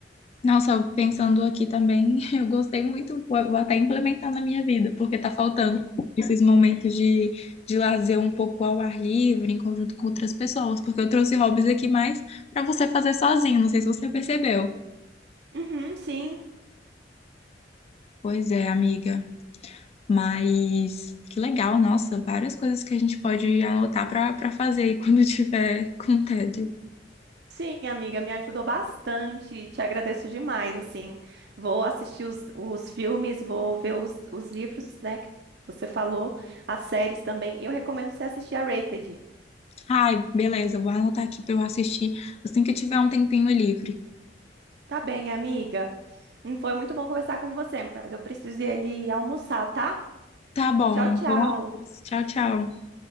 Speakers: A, on the left; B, on the right.
A: Nossa, pensando aqui também, <laughs> eu gostei muito, vou vou até implementar na minha vida, porque tá faltando esses momentos de, de lazer um pouco ao ar livre, em conjunto com outras pessoas, porque eu trouxe hobbies aqui mais pra você fazer sozinho, não sei se você percebeu.
B: Uhum, sim.
A: Pois é, amiga, mas que legal, nossa, várias coisas que a gente pode anotar pra para fazer aí quando <laughs> tiver com tédio.
B: Sim, amiga, me ajudou bastante. Te agradeço demais. Assim, vou assistir os, os filmes, vou ver os, os livros, né, que você falou, as séries também. E eu recomendo você assistir a Rated.
A: Ai, beleza, vou anotar aqui pra eu assistir assim que eu tiver um tempinho livre.
B: Tá bem, amiga. Hum, Foi muito bom conversar com você, mas eu preciso ir ali almoçar, tá?
A: Tá bom,
B: Tchau, tchau.
A: bom, tchau, tchau.